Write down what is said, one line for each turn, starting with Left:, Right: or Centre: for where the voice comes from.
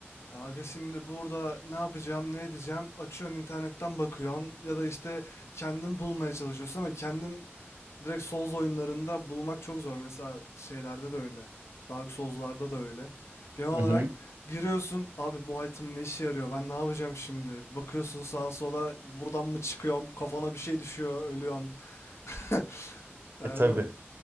Left: Ya Aga şimdi burada ne yapacağım, ne edeceğim? Açıyorsun internetten bakıyorsun ya da işte kendin bulmaya çalışıyorsun ama kendin direkt Souls oyunlarında bulmak çok zor. Mesela şeylerde de öyle. Dark Souls'larda da öyle. Genel olarak
Right: Hı hı.
Left: giriyorsun, abi bu item ne işe yarıyor? Ben ne yapacağım şimdi? Bir Bakıyorsun sağa sola, buradan mı çıkıyorum? Kafana bir şey düşüyor, ölüyorsun. <laughs> Ben
Right: E tabii.
Left: bilmiyorum.